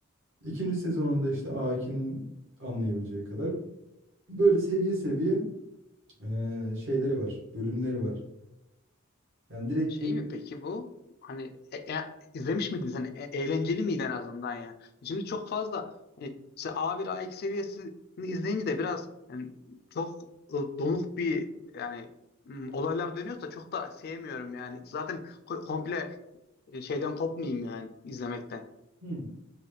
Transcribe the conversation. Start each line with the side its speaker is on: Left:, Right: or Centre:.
Right: İkinci sezonunda işte Akin anlayabileceği kadar böyle seviye seviye eee, şeyleri var, bölümleri var. Yani direkt
Left: Şey
Right: bir
Left: mi peki bu? Hani e- e- izlemiş miydin sen? E- eğlenceli miydi en azından ya? Şimdi çok fazla hani mesela A1 A2 seviyesini izleyince de biraz hani çok e, donuk bir yani m, olaylar dönüyorsa çok da sevmiyorum yani. Zaten ko- komple e, şeyden kopmayayım yani izlemekten.
Right: Hı,